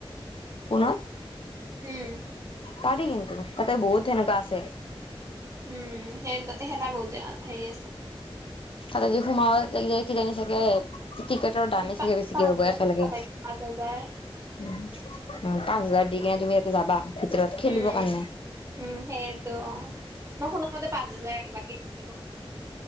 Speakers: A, on the left; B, on the right.
A: পুনৌত,
B: উম।
A: পাৰি কিন্তু। তাতে বহুত সেনেকুৱা আছে।
B: উম সেই তাতে খেলা বহুত হেৰি আছে।
A: তাতে যি সোমাব যাই কিজানি চাগে টিকেটৰ দামেই
B: পা
A: চাগে বেছিকে
B: পাঁচ
A: হ'ব
B: হাজাৰ
A: একেলগে
B: পায়, পাঁচ হাজাৰ
A: উম পাঁচ হাজাৰ দি কিনে তুমি তাতে যাবা ভিতৰত খেলিবৰ
B: উম,
A: কাৰণে
B: উম সেইয়টো অঁ মই শুনামতে পাঁচ হাজাৰ বাকী <unintelligible>